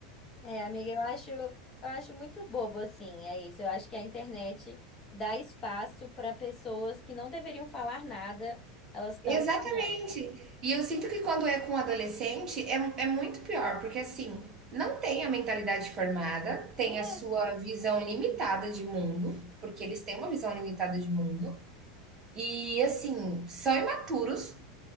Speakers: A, on the left; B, on the right.
A: é, amiga, eu acho, eu acho muito bobo assim, é isso. Eu acho que a internet dá espaço para pessoas que não deveriam falar nada, elas estão
B: Exatamente.
A: falando.
B: E eu sinto que quando é com adolescente é, mu- é muito pior, porque assim, não tem a mentalidade formada, tem
A: né
B: a sua visão limitada de mundo, porque eles têm uma visão limitada de mundo, e assim, são imaturos,